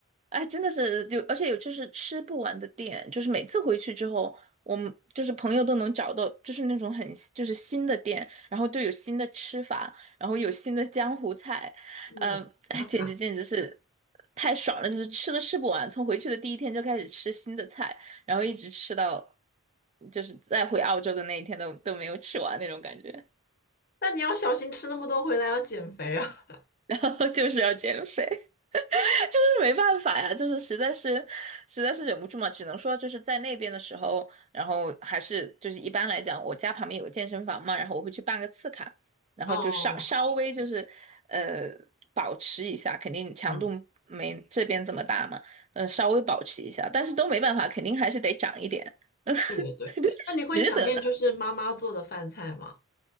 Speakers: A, on the right; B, on the left.
A: 哎，真的是就，而且有就是吃不完的店，就是每次回去之后，我们就是朋友都能找到，就是那种很就是新的店，然后就有新的吃法，然后有新的江湖菜，
B: 嗯，
A: 嗯，哎，
B: 打卡。
A: 简直简直是太爽了，就是吃都吃不完，从回去的第一天就开始吃新的菜，然后一直吃到就是再回澳洲的那一天都都没有吃完那种感觉，
B: 那你要小心吃那么多回来，要减肥啊。
A: <laughs> 然后就是要减肥。就是没办法呀，就是实在是实在是忍不住嘛，只能说就是在那边的时候，然后还是就是一般来讲，我家旁边有个健身房嘛，然后我会去办个次卡，然后就稍稍微就是呃保持一下，
B: <laughs> 哦，
A: 肯定强度没这边这么大嘛，
B: 嗯，
A: 嗯、稍微保持一下，但是都没办法，肯定还是得长一点，<laughs> 对，
B: 对对对，
A: 这是值得的。
B: 那你会想念就是妈妈做的饭菜吗？